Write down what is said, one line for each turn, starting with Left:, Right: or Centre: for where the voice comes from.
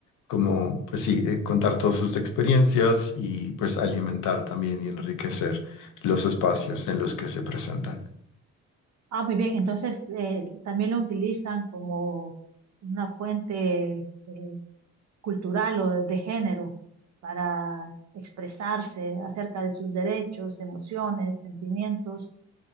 Left: como pues sí, eh, contar todas sus experiencias y pues alimentar también y enriquecer los espacios en los que se presentan.
Right: Ah, muy bien, entonces eh, también lo utilizan como una fuente eh, cultural o de, de género para expresarse acerca de sus derechos, emociones, sentimientos,